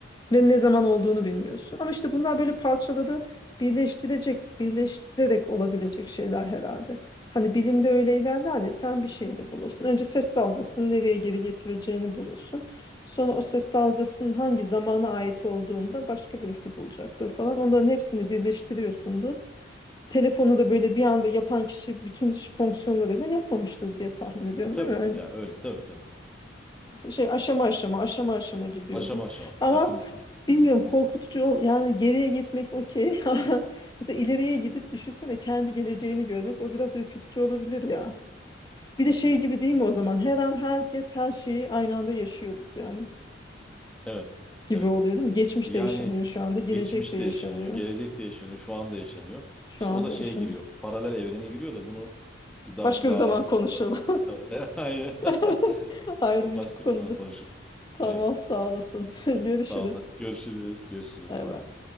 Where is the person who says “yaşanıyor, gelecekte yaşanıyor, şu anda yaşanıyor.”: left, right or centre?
Centre